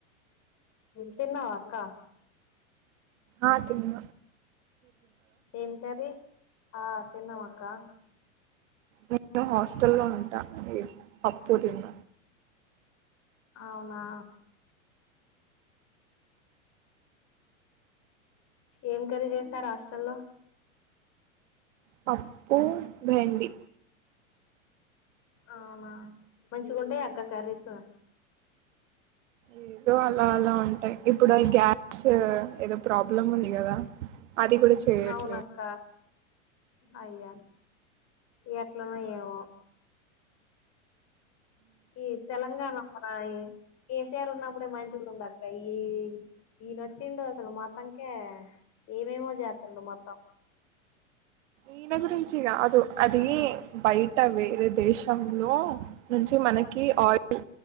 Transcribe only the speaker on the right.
ఆ తిన
నేను హాస్ట లో ఉంటా మీ అప్పు తిన్న
పప్పుూ భెడి
ఏదో అలా అలా ఉంటాయి ఇప్పుడు గ్యాస్ ఏదో ప్రబ్ పలమ్ ఉంది కదా అది కూడా చేయట్లేదు
ఈయన గురించిగా అదు అదిే బయట వే దేశంలో నుంచి మనకి క ఆయిల్